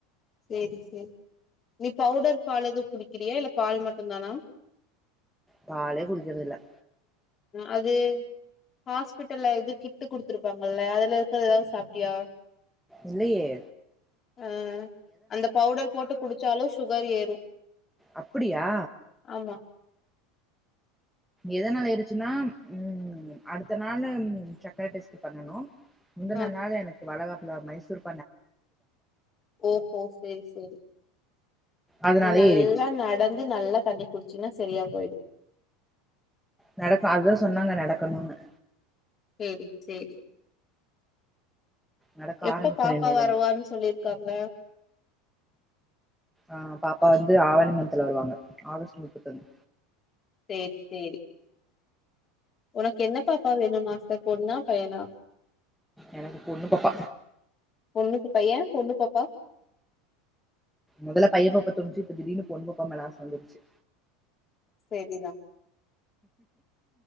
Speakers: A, on the left; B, in the centre.
A: சேரி சேரி நீ பவுடர் பால் எதுவும் குடிக்கிறியா இல்ல பால் மட்டும் தானா.
B: பாலே குடிக்குறதுயில்லா.
A: அது ஹாஸ்பிட்டல்ல இது கிட்டு குடுத்துருப்பாங்கல அதுல இருக்கது எதாவது சாப்ட்டியா.
B: இல்லயே.
A: ஆ அந்த பவுடர் போட்டு குடிச்சாலும் சுகர். அது ஏறு.
B: அப்படியா.
A: ஆமா
B: எதனாள ஏரிச்சுனா உஹம் அடுத்த நாளு சக்கர டெஸ்ட் பண்ணனும். முந்தன
A: ஆ
B: நாளு எனக்கு வளகாப். இல்ல மைசூர்.
A: ஓஹோ சேரி சேரி.
B: அதனாலயே
A: நீ நல்லா
B: ஏறிடுச்சு
A: நடந்து நல்லா தண்ணி. குடிச்சின்னா சரியா போயிடு.
B: நடக்க அதுதா சொன்னாங்க நடக்கனுன்னு.
A: சேரி சேரி.
B: நடக்க
A: எப்ப
B: ஆரம்பிக்கணு
A: பாப்பா
B: இன்னைல
A: வருரவான்னு சொல்லிருக்காங்க.
B: ஆஹ பாப்பா வந்து ஆவணி மந்துல வருவாங்க ஆகஸ்ட் முப்பத்தொன்னு.
A: சேரி சேரி. உனக்கு என்ன பாப்பா வேணும் மாஸ்டர். பொண்ணா பையனா.
B: எனக்கு பொண்ணு பாப்பா.
A: பொண்ணு பாப்பா ஏ பொண்ணு பாப்பா.
B: முதல்ல பைய பாப்பா தோணுச்சு இப்ப திடீருன்னு பொண்ணு பாப்பா மேல ஆச வந்துருச்சு.
A: சேரிதா.